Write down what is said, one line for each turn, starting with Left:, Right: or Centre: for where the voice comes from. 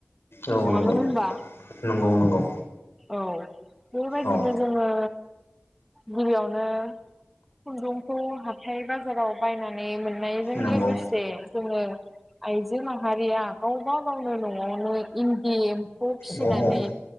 Left: औ
Centre: नङामोन
Left: नंगौ
Centre: होनबा
Left: नंगौ नंगौ
Centre: औ बेबायदिनो
Left: औ
Centre: जोङो गिबियावनो खुन्दुंखौ हाब हाइ बाजाराव बायनानै मोन नायजों
Left: नंगौ
Centre: लोगोसे जोङो आइजो माहारिया गावबा गावनो न' नङावनो इन्दि एम्फौ फिनानै
Left: औ औ